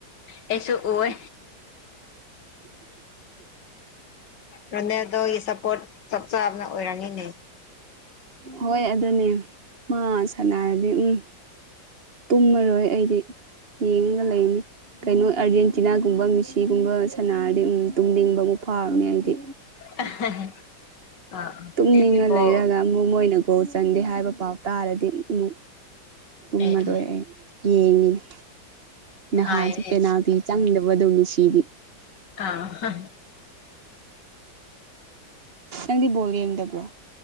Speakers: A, on the left; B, on the right.
A: ꯑꯩꯁꯨꯨ ꯎꯋꯦ ꯔꯣꯅꯦꯜꯗꯣꯒꯤ ꯁꯄꯣꯠ ꯆꯞ ꯆꯥꯕꯅ ꯑꯣꯏꯔꯝꯃꯦꯅꯦ
B: ꯍꯣꯏ ꯑꯗꯨꯅꯦ ꯃꯥ ꯁꯥꯟꯅꯔꯗꯤ ꯎꯝ ꯇꯨꯝꯃꯔꯣꯏ ꯑꯩꯗꯤ ꯌꯦꯡꯉꯒ ꯂꯩꯅꯤ ꯀꯩꯅꯣ ꯑꯥꯔꯖꯦꯟꯇꯤꯅꯥꯒꯨꯝꯕ ꯃꯤꯁꯤ ꯒꯨꯝꯕ ꯁꯅꯥꯔꯗꯤ ꯎꯝ ꯇꯨꯝꯅꯤꯡꯕ ꯑꯃꯨꯛ ꯐꯥꯎꯔꯅꯤ ꯑꯩꯗꯤ
A: <unintelligible> ꯑꯥ
B: ꯇꯨꯝꯅꯤꯡꯉ
A: ꯑꯩꯗꯤ ꯕꯣꯜ
B: ꯂꯩꯔꯒ ꯑꯃꯨꯛ ꯃꯣꯏꯅ ꯒꯣꯜ ꯆꯟꯗꯦ ꯍꯥꯏꯕ ꯄꯥꯎ ꯇꯥꯔꯗꯤ ꯃꯨꯛ ꯇꯨꯝꯃꯔꯣꯏ
A: ꯑꯦ
B: ꯑꯩ ꯌꯦꯡꯉꯤꯅꯦ
A: ꯅꯨꯡꯉꯥꯏꯌꯦ
B: ꯅꯍꯥꯟꯁꯨ ꯄꯦꯅꯥꯜꯇꯤ ꯆꯪꯗꯕꯗꯨ ꯃꯤꯁꯤꯗꯤ
A: ꯑꯥ ꯍꯥ
B: ꯅꯪꯗꯤ ꯕꯣꯜ ꯌꯦꯡꯗꯕ꯭ꯔꯣ